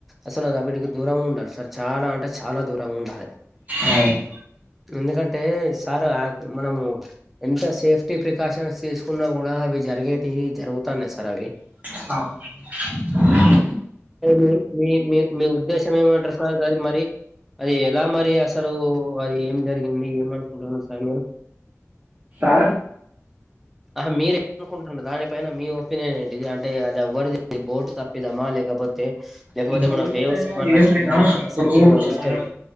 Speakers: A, in the centre; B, on the right (about 30°).
A: అసలువిటికి దూరంగా ఉండాలి సార్ చాలా అంటే చాలా దూరంగా ఉండాలి
B: అవును
A: ఎందుకంటే సార్ మనము ఎంత సేఫ్టీ ప్రికాషన్స్ తీసుకున్నా కూడా అవి జరిగేటివి జరుగుతాన్నాయి సార్ అవి
B: అవు
A: అ మీ మీ మీ ఉద్దేశం ఏమంటారు కా అది మరి అది ఎలా మరి అసలు అసలు అది ఏం జరిగింది ఏమనుకుంటున్నారు సార్ మీరు
B: ఆ
A: అహా మీరేనుకుంటు దానిపైన మీ ఒపీనియన్ ఏంటిది అంటే అది ఎవ్వరిది బోటు తప్పిదామా లేకపోతే పోతే
B: బోటుకైనా
A: మన వేవ్స్ <unintelligible>
B: ఏమైనా ఇప్పుడు మనం